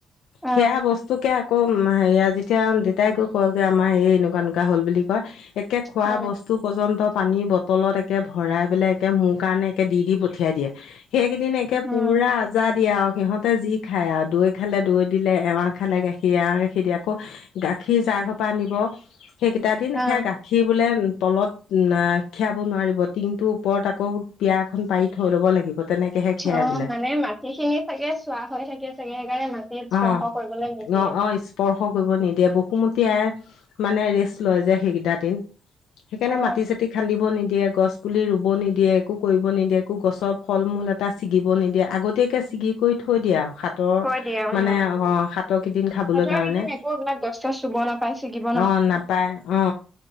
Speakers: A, in the centre; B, on the left.
A: অ
B: সেয়া বস্তুকে আকৌ উ হেয়া যেতিয়া দেউতাই কয় গৈ আমাৰ এই এনেকুৱা নুকা হল বুলি কয়। একে খোৱা
A: উম
B: বস্তু পৰ্যন্ত পানীৰ বটলত একে ভৰাই পেলাই একে মোৰ কাৰণে একে দি দি পঠিয়াই দিয়ে। সেইকেইদিন একে
A: উম
B: পুৰা আজা দিয়া আও সিহঁত তাতে যি খায় আৰু দৈ খালে দৈ দিলে এৱা খালে গাখীৰ এৱা গাখীৰ দিয়ে আকৌ গাখীৰ জা ঘৰ পা পা নিব সেইকেইটা দিন
A: অ
B: সেয়া গাখীৰ বোলে তলত খীৰাব নোৱাৰিব টিঙটোৰ ওপৰত আকৌ মোক পিয়া এখন পাৰি থৈ লব লাগিব তেনেকেহে খীৰাই
A: অ
B: বোলে।
A: মানে মাটি খিনি চাগে চোৱা হৈ থাকে চাগে সেইকাৰণে মাটি স্পৰ্শ
B: অ
A: কৰিবলৈ নিদিয়ে
B: অ অ স্পৰ্শ কৰিব নিদিয়ে। বসুমতী আই মানে ৰেষ্ট লয় যে সেইকেইটা দিন। সেইকাৰণে
A: অ
B: মাটি চাতি খান্দিব নিদিয়ে, গছ পুলি ৰুব নিদিয়ে, একো কৰিব নিদিয়ে, একো গছৰ ফল মূল এটা ছিগিব নিদিয়ে আগতীয়াকে ছিগি কৰি থৈ থৈ দিয়া আও হাতৰ
A: থৈ দিয়ে উম
B: মানে অ হাতৰকেইদিন খাবলৈ
A: হাতৰ
B: কাৰণে,
A: কেইদিন একো এইবিলাক গছ চছ চুব নাপায় ছিগিব
B: অ নাপায়। অ